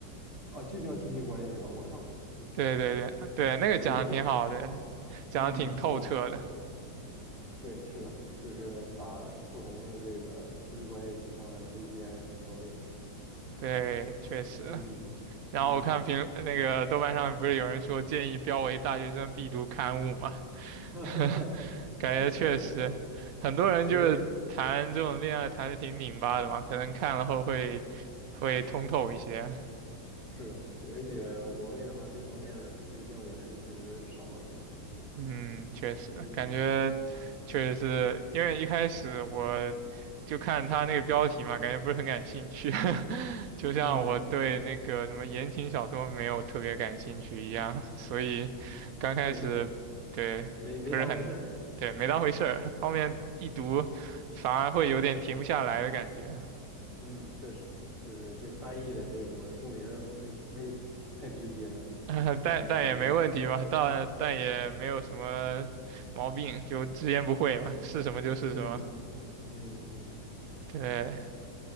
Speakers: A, on the right; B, on the right.
A: 啊，就叫亲密关系是吧？我看过，
B: 对对对对，
A: 就一个，
B: 那个讲的挺好的，讲的挺透彻的。
A: 嗯，是的，对，是的，就是把不同的这个亲密关系的情况分析的还是挺到位的。
B: 对，确实。
A: 嗯嗯，
B: 然后我看评那个豆瓣上不是有人说建议标为大学生必读刊物嘛，
A: <laughs>
B: <laughs> 感觉确实，
A: 是的，
B: 很多人就是谈这种恋爱谈的挺拧巴的嘛，
A: 因为
B: 可能看了后会会通透一些。
A: 是的，就而且国内的话，这方面的通识教育还是确实少了很多。
B: 嗯，确实，
A: 嗯
B: 感觉确实是因为一开始我就看他那个标题嘛，感觉不是很感兴趣，<laughs> 就像我对那个什么言情小说没有特别感兴趣一样，
A: 嗯，
B: 所以刚开始对不是很对没当回事儿，
A: 就是没没当回事儿。
B: 后面一读反而会有点停不下来的感觉。
A: 嗯，确实，就是这翻译的背锅，书名没没太直接了，
B: <laughs> 但但也没问题嘛，
A: 让人感觉
B: 但但也没有什么毛病，就直言不讳嘛，是什么就是什么。
A: 嗯嗯嗯嗯，
B: 对